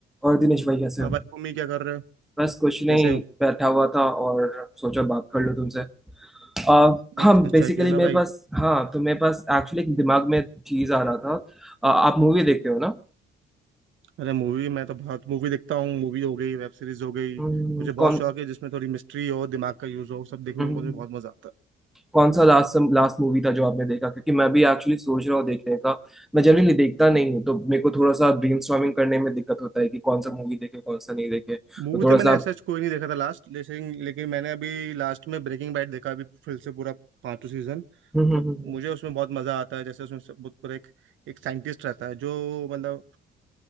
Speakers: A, in the centre; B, on the right.
A: और दिनेश भाई कैसे
B: हाँ
A: हो
B: भाई मम्मी क्या कर रहे हो
A: बस कुछ नहीं
B: कैसे हो
A: बैठा हुआ था और सोचा बात कर लूँ तुमसे आ, हाँ
B: अच्छा अच्छा
A: बेसिकली
B: किया ना
A: मेरे
B: भाई
A: पास हाँ तो मेरे पास एक्चुअली एक दिमाग में चीज आ रहा था आ, आप मूवी देखते हो ना
B: अरे मूवी मैं तो बहुत मूवी देखता हूँ मूवी हो गई वेब सीरीज हो गई
A: हम्म,
B: मुझे बहुत
A: कौन
B: शौक है जिसमें थोड़ी मिस्ट्री हो दिमाग का यूज हो सब देखने
A: हम्म,
B: में मुझे बहुत मजा आता
A: कौन सा लास्ट लास्ट मूवी था जो आपने देखा क्योंकि मैं भी एक्चुअली सोच रहा हूँ देखने का मैं जनरली देखता नहीं हूँ तो मेरे को थोड़ा सा ब्रेनस्टॉर्मिंग करने में दिक्कत होता
B: है
A: है कि कौन सा मूवी देखे कौन सा नहीं देखे
B: मूवी
A: तो थोड़ा
B: तो मैंने
A: सा आप
B: ऐसा कोई नहीं देखा था लास्ट लेकिन लेकिन मैंने अभी लास्ट में ब्रेकिंग बैड देखा अभी फिर से पूरा पांचों सीजन मतलब
A: हम्म हम्म
B: मुझे उसमें बहुत मजा आता है जैसे उसमें सब- बहुत पूरा एक एक साइंटिस्ट रहता है जो मतलब